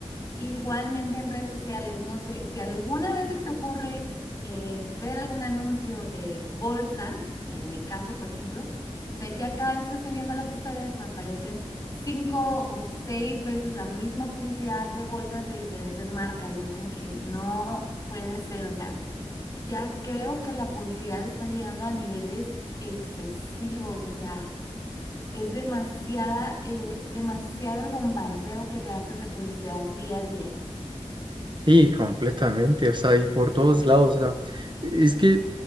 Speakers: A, on the left; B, on the right.
A: Igualmente en redes sociales, no sé, si alguna vez se te ocurre eh, ver algún anuncio de bolsas, en mi caso, por ejemplo, o sea, ya cada vez que estoy viendo las historias me aparecen cinco o seis veces la misma publicidad de bolsas de diferentes marcas y es como que no puede ser, o sea, ya creo que la publicidad está llegando a niveles excesivos, o sea... Es demasiada, eh, demasiado el bombardeo que te hacen de publicidad día a día.
B: Sí, completamente, o sea, y por todos lados, o sea, es que